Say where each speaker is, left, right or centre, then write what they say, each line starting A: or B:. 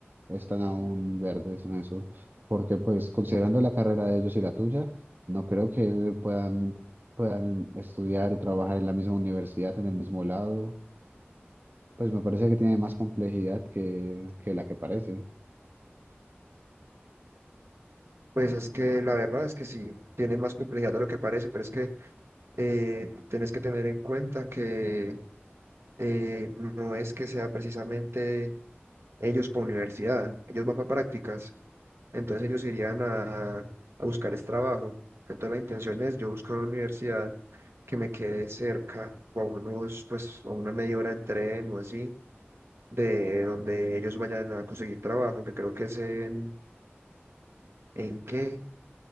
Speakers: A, on the right; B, on the right.
A: están aún verdes en eso? Porque pues considerando la carrera de ellos y la tuya, no creo que puedan, puedan estudiar y trabajar en la misma universidad, en el mismo lado. Pues me parece que tiene más complejidad que, que la que parece.
B: Pues es que la verdad es que sí, tiene más complejidad de lo que parece, pero es que eh, tenés que tener en cuenta que eh, no es que sea precisamente ellos por universidad, ellos van para prácticas, entonces ellos irían a, a buscar es trabajo. Entonces la intención es yo buscar una universidad que me quede cerca o a unos, pues a una media hora en tren o así, de donde ellos vayan a conseguir trabajo, que creo que es en, ¿en qué?